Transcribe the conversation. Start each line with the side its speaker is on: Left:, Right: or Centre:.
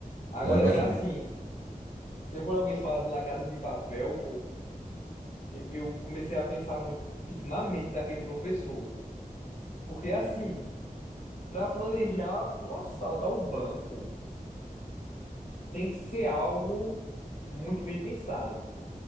Left: Agora
Right: Ah, Eu gosto
Left: que é assim,
Right: muito.
Left: sempre quando alguém fala de La Casa de Papel, pô. E- Eu comecei a pensar muito, tipo, na mente daquele professor, pô. Porque, assim, para planejar um assalto ao banco, tem que ser algo muito bem pensado.